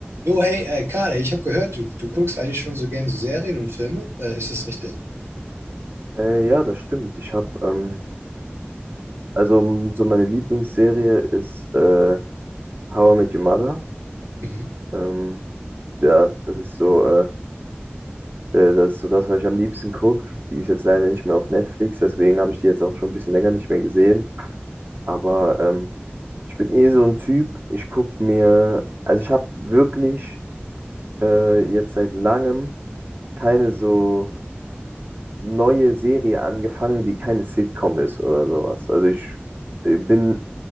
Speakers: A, on the right (about 85°); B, on the right (about 50°).
A: Jo, hey, äh, Karl, ich habe gehört, du, du guckst eigentlich schon so gern so Serien und Filme. Äh, ist das richtig?
B: Äh, ja, das stimmt. Ich habe, ähm, also m, so meine Lieblingsserie ist äh, How I Met Your Mother.
A: Mhm.
B: Ähm, ja, das ist so, äh, äh, das ist so das, was ich am liebsten gucke. Die ist jetzt leider nicht mehr auf Netflix, deswegen habe ich die jetzt auch schon ein bisschen länger nicht mehr gesehen. Aber ähm, ich bin eh so ein Typ. Ich gucke mir, also ich habe wirklich äh, jetzt seit langem keine so neue Serie angefangen, die keine Sitcom ist oder sowas. Also ich ich bin